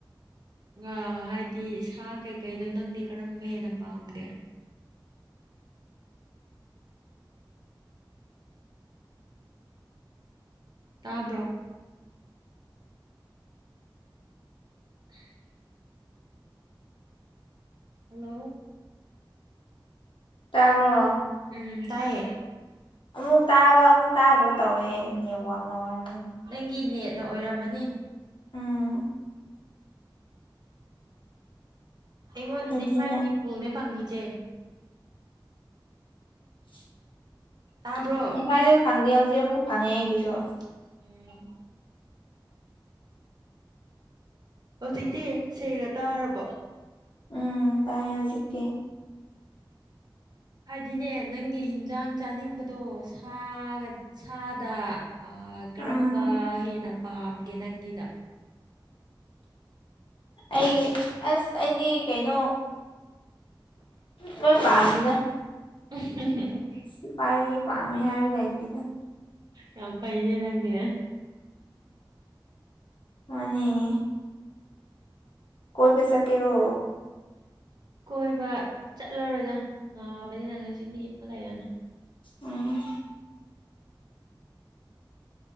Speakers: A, on the right; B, on the left.
A: ꯉꯥ ꯍꯥꯏꯗꯤ ꯁꯥ ꯀꯩꯀꯩꯗꯣ ꯅꯪꯗꯤ ꯀꯔꯝꯕ ꯍꯦꯟꯅ ꯄꯥꯝꯒꯦ ꯇꯥꯕ꯭ꯔꯣ <unintelligible> ꯍꯜꯂꯣ
B: ꯇꯥꯕ꯭ꯔꯣ
A: ꯇꯥ ꯎꯝ ꯇꯥꯏꯌꯦ
B: ꯑꯃꯨꯛ ꯇꯥꯕ ꯑꯃꯨꯛ ꯇꯥꯗꯕ ꯇꯧꯋꯦ ꯅꯦꯠꯋꯥꯛꯅ ꯋꯥꯏ
A: ꯅꯪꯒꯤ ꯅꯦꯠꯅ ꯑꯣꯏꯔꯝꯃꯅꯤ
B: ꯎꯝ
A: ꯑꯩꯉꯣꯟꯗꯗꯤ
B: ꯑꯩꯗꯤ
A: ꯐꯥꯏꯚ
B: ꯅꯪ
A: ꯖꯤ ꯐꯨꯜꯅꯦ ꯐꯪꯉꯤꯁꯦ
B: <inaudible>
A: ꯇꯥꯕ꯭ꯔꯣ
B: ꯉꯁꯥꯏ ꯌꯨꯛ ꯐꯪꯗꯦ ꯍꯧꯖꯤꯛ ꯑꯃꯨꯛ ꯐꯪꯉꯦ ꯑꯩꯒꯤꯁꯨ
A: <unintelligible> ꯍꯧꯖꯤꯛꯇꯤ ꯁꯦꯡꯅ ꯇꯥꯔꯕꯣ
B: ꯎꯝ ꯇꯥꯏ ꯍꯧꯖꯤꯛꯀꯤ
A: ꯍꯥꯏꯗꯤꯅꯦ ꯅꯪꯒꯤ ꯍꯤꯟꯖꯥꯡ ꯆꯥꯅꯤꯡꯕꯗꯣ ꯁꯥ ꯁꯥꯗ ꯑꯥ ꯀꯔꯝꯕ
B: ꯎꯝ
A: ꯍꯦꯟꯅ ꯄꯥꯝꯒꯦ ꯅꯪꯒꯤꯗ
B: ꯑꯩꯒꯤ ꯑꯁ ꯑꯩꯗꯤ ꯀꯩꯅꯣ ꯂꯣꯏ ꯄꯥꯃꯤꯅꯤꯗ
A: <unintelligible>
B: ꯁꯤ ꯄꯥꯏꯔ ꯄꯝꯃꯤ ꯍꯥꯏꯕ ꯂꯩꯇꯦꯗ
A: ꯌꯥꯝ ꯐꯩꯅꯦ ꯅꯪꯗꯤ
B: ꯃꯥꯟꯅꯦ ꯀꯣꯏꯕ ꯆꯠꯀꯦꯔꯣ
A: ꯀꯣꯏꯕ ꯆꯠꯂꯔꯣꯏꯗ ꯅꯥꯕꯅꯤ ꯅꯪ ꯉꯁꯤꯗꯤ ꯍꯤꯞꯄ ꯂꯩꯔꯅꯦ
B: ꯎꯝ